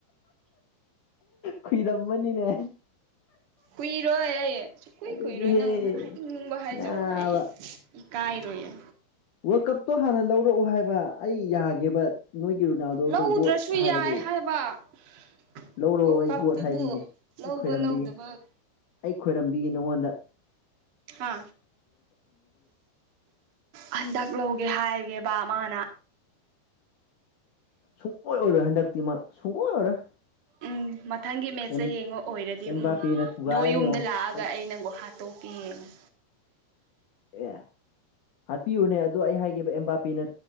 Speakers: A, on the left (about 75°); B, on the right (about 65°).
A: ꯈꯨꯏꯔꯝꯃꯅꯤꯅꯦ
B: ꯀꯨꯏꯔꯣꯏ ꯑꯩ ꯁ ꯀꯨꯏ
A: ꯐꯖꯗꯦꯍꯦ
B: ꯀꯨꯏꯔꯣꯏ ꯅꯪ ꯍꯥꯏꯅꯤꯡꯅꯤꯡꯕ ꯍꯥꯏꯖꯧ
A: ꯅꯥꯕ
B: ꯑꯩ ꯀꯥꯏ ꯇꯣꯏꯏ
A: ꯋꯥꯔꯛ ꯀꯞꯇꯣ ꯍꯥꯟꯅ ꯂꯧꯔꯛꯑꯣ ꯍꯥꯏꯕ ꯑꯩ ꯌꯥꯒꯦꯕ ꯅꯣꯏꯒꯤ ꯔꯨꯅꯥꯗꯣꯗ
B: ꯂꯧꯗ꯭ꯔꯁꯨ
A: ꯒꯣꯠ
B: ꯌꯥꯏ
A: ꯍꯥꯏꯕꯗꯨꯣ
B: <unintelligible>
A: ꯂꯧꯔꯣꯑꯣ
B: ꯋꯥꯔꯜ
A: ꯑꯩ
B: ꯀꯞꯇꯨꯕꯨ
A: ꯒꯣꯠ ꯍꯥꯏꯕꯤꯒꯦ
B: ꯂꯧꯕ
A: ꯑꯩ ꯈꯣꯏꯔꯝꯕꯤꯒꯦ
B: ꯂꯧꯗꯕ
A: ꯑꯩ ꯈꯣꯏꯔꯝꯕꯤꯒꯦ ꯅꯉꯣꯟꯗ
B: ꯑ ꯍꯟꯗꯛ ꯂꯧꯒꯦ ꯍꯥꯏꯒꯦꯕ ꯃꯥꯅ
A: ꯁꯨꯡꯑꯣꯣꯏ ꯑꯣꯏꯔꯣꯏ ꯍꯟꯗꯛꯇꯤ ꯃꯥ ꯁꯨꯡꯑꯣꯣꯏ ꯑꯣꯏꯔꯣꯏ
B: ꯎꯝ ꯃꯊꯪꯒꯤ ꯃꯦꯠꯆꯁꯁ
A: ꯑꯦꯝ
B: ꯌꯦꯡꯉꯣ ꯑꯣꯏꯔꯗꯤ
A: ꯑꯦꯝꯕꯥꯄꯦꯅ
B: ꯎꯝ
A: ꯊꯨꯒꯥꯏꯔꯅꯤ
B: ꯅꯣꯏ ꯌꯨꯝꯗ
A: ꯌꯦꯡꯉꯣ
B: ꯂꯥꯛꯑꯒ ꯑꯩ ꯅꯪꯒꯣ ꯍꯥꯠꯇꯣꯛꯀ ꯌꯦꯡꯉ
A: ꯑꯦ ꯍꯥꯠꯄꯤꯌꯨꯅꯦ ꯑꯗꯣ ꯑꯩ ꯍꯥꯏꯈꯤꯕ ꯑꯦꯝꯕꯥꯄꯤꯦꯅ